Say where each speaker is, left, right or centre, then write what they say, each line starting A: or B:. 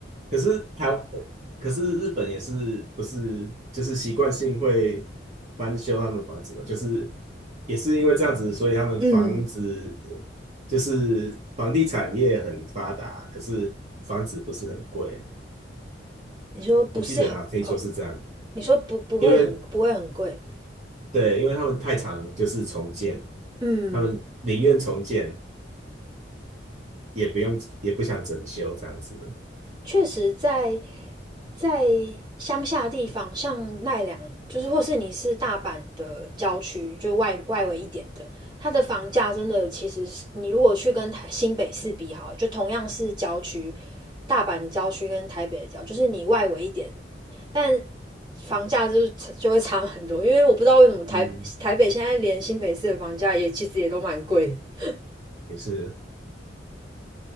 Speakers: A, on the right; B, on the right.
A: 可是台，呃可是日本也是不是就是习惯性会翻修他们房子嘛？就是也是因为这样子，所以他们房子呃
B: 嗯
A: 就是房地产业很发达，可是房子不是很贵。
B: 你说不是很哦？
A: 我记得哈，听说是这样，
B: 你说不不会很不会很贵？
A: 因为对，因为他们太常就是重建，
B: 嗯，
A: 他们宁愿重建也不用也不想整修这样子。
B: 确实在在乡下地方，像奈良，就是或是你是大阪的郊区，就外外围一点的，它的房价真的其实你如果去跟台新北市比好就同样是郊区，大阪的郊区跟台北的郊，就是你外围一点，但房价就是就会差很多，因为我不知道为什么台台北现在连新北市的房价也其实也都蛮贵的。
A: 嗯，也是。